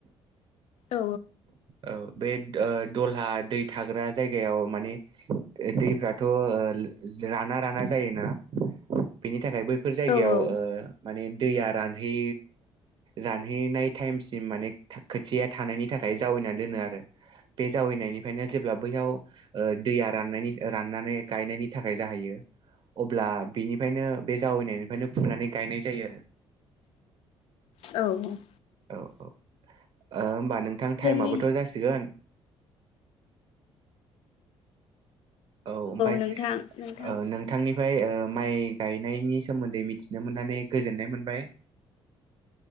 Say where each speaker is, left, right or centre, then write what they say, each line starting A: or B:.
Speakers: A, on the left; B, on the right.
A: औ
B: औ बे ओ दलहा दै थाग्रा जायगायाव माने दैफ्राथ' ओ लों जों राना राना जायोना बेनि थाखाय बैफोर जायगायाव
A: औ औ
B: ओ माने दैया रानहै रानहैनाय टाइमसिम माने खोथिया थानायनि था खाय जावैना दोनो आरो बे जावैनायनिफ्रायनो जेब्ला बैयाव दैया रानना ने गायनायनि थाखाय जाहैयो अब्ला बिनिफायनो बे जावैनायनिफ्रायनो फुनानै गायनाय जायो आरो
A: औ
B: औ औ होमबा ओ नोंथां टाइमाबोथ'
A: जोंनि
B: जासिगोन औ ओमफ्राय
A: नोंथां नोंथां
B: ओ नोंथांनि ओमफ्राय माइ गायनायनि सोमोन्दै मिथिनो मोननानै गोजोननाय मोनबाय। <inaudible>